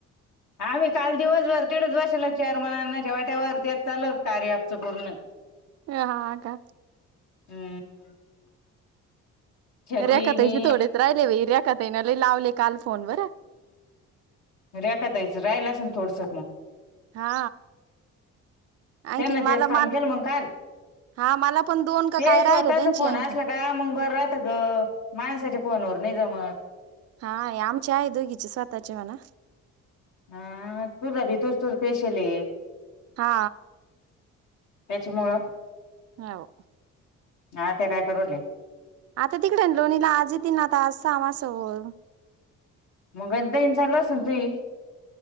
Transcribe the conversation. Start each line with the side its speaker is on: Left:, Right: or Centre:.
Left: आम्ही काल दिवसभर तडच बसेल चेअरमन अन्नाच्या वाट्यावर तेच चालू होतं दिवसभर
Right: ह हा आता
Left: हम्म छकी
Right: रेखा ताईचे
Left: मी
Right: थोडेच राहिले बाई रेखाताईने लावले काल फोन वर
Left: रेखा ताई चे राहिले असेल मग थोडसं मग
Right: हा आणखीन
Left: त्यांना
Right: मला
Left: तेच काम
Right: माल
Left: केलं मग काल
Right: हा मला पण दोन का
Left: ते
Right: काय
Left: स्वतःचा
Right: राहिले त्यांची
Left: फोन
Right: आणखी
Left: असला का मग बर राहतं ग माणसाच्या फोनवर नाही जमात
Right: हा आमचे आहे दोघीचे स्वतःचे म्हणा
Left: हा तू झा भी तूज तू पेशले आहे
Right: हा
Left: त्याच्या मुळ
Right: हो
Left: ह त्या काय करूले
Right: आता तिकडे लोणीला आज येतील ना आता आज समासर
Left: मग देना चालू अस न तुई मग